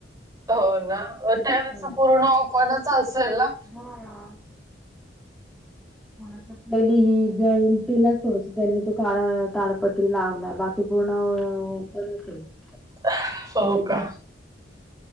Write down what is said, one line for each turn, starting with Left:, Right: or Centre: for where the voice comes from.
Right: हो ना, म टेरेस
Centre: हम्म
Right: पूर्ण ओपनच असेल ना?
Centre: हा.... थोडंस पयली हि जाईल तीलाच थोडस त्यांनी तो काळं ताडपत्री लावलाय बाकी पूर्ण तलते <unintelligible>
Right: <inaudible> हो का?